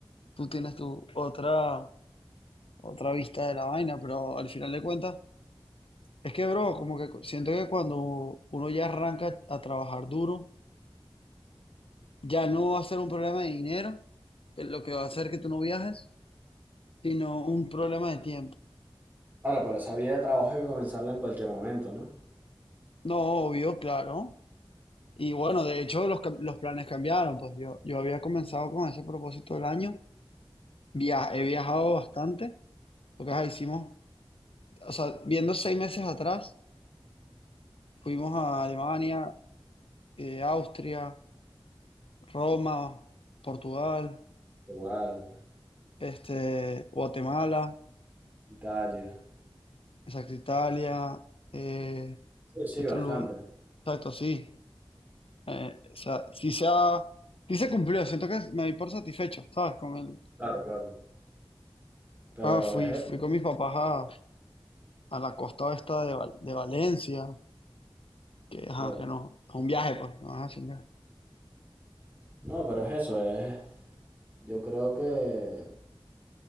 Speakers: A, on the left (about 70°); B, on the right (about 20°).
A: tú tienes tu otra, otra vista de la vaina, pero al final de cuentas, es que, bro, como que siento que cuando uno ya arranca a trabajar duro, ya no va a ser un problema de dinero, que es lo que va a hacer que tú no viajes, sino un problema de tiempo.
B: claro, pero esa vida de trabajo hay que comenzarla en cualquier momento, ¿no?
A: No, obvio, claro. Y bueno, de hecho los, cam- los planes cambiaron, pues yo, yo había comenzado con ese propósito del año, Via- he viajado bastante, lo que ajá, hicimos, o sea, viendo seis meses atrás, fuimos a Alemania, eh, Austria, Roma, Portugal,
B: Igual,
A: este, Guatemala,
B: Italia.
A: exacto, Italia, eh,
B: Sí, sí,
A: ¿qué otro
B: bastante.
A: lugar? Exacto, sí, Eh, o sea, sí se ha- sí se cumplió, siento que me di por satisfecho, ¿sabes? Con el,
B: Claro, claro. Pero
A: ah, fui,
B: es eso,
A: fui con mis papás a la costa esta de, Val- de Valencia, que, ajá,
B: claro.
A: que no, es un viaje, pues, no vas a sin
B: No, pero es eso, es... Yo creo que